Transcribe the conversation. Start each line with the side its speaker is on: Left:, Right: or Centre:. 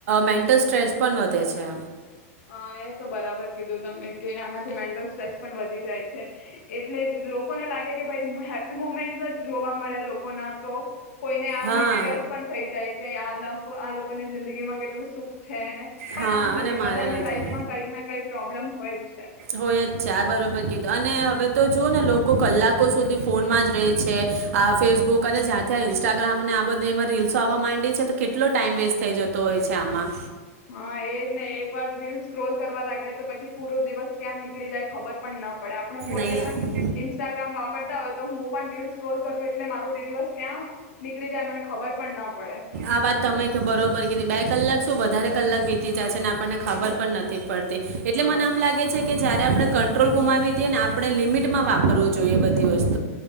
Right: મેન્ટલ સ્ટ્રેસ પણ વધે છે.
Left: હા, એતો બરાબર કીધું તમે કે આનાથી મેન્ટલ સ્ટ્રેસ પણ વધી જાય છે, એટલે જ લોકોને લાગે કે ભાઈ હેપ્પી મુમેન્ટસ જ જોવા મળે લોકોના તો કોઈને આમ
Right: હા
Left: સ્ટ્રેસ પણ થઈ જાય કે આ આ લોકો ની જિંદગી માં કેટલું સુખ છે. છે ને પણ
Right: હા
Left: આમ
Right: અને
Left: નથી
Right: મારે
Left: બધા બધાની
Right: નથી
Left: લાાઈફમાં કઈકને કંઈક પ્રોબ્લેમ હોયજ છે.
Right: હોયજ છે, આ બરોબર કીધું અને હવે તો જુઓ ને લોકો કલાકો સુધી ફોનમાંજ રહે છે. આ ફેસબુક અને જ્યાં ત્યાં ઇન્સ્ટાગ્રામને આ બધે એમાં રીલ્સો આવવા માંડી છે તો કેટલો ટાઈમ વેસ્ટ થઈ જતો હોય છે આમાં.
Left: હા, એજને એક વાર રીલ સ્ક્રોલ કરવા લાગ્યા તો પછી પૂરો દિવસ ક્યાં નીકળી જાય ખબર પણ ન પડ પડે આપણે પોતે
Right: નહીં
Left: પણ ઇન્સ્ટાગ્રામ વાપરતા હોય તો હું પણ રીલ સ્ક્રોલ કરું એટલે મારો બે દિવસ ક્યાં નીકળી જાય મને ખબર પણ ન પડે
Right: આ વાત તમે બરોબર કીધી બે કલાક શું વધ વધારે કલાક વીતી જાય છે અને આપણને ખબર પણ નથી પડતી. એટલે
Left: હા
Right: મને આમ લાગે છે કે જયારે આપડે કંટ્રોલ ગુમાવી દઈએ ને આપડે લિમિટમાં વાપરવું જોઈએ બધી વસ્તુ.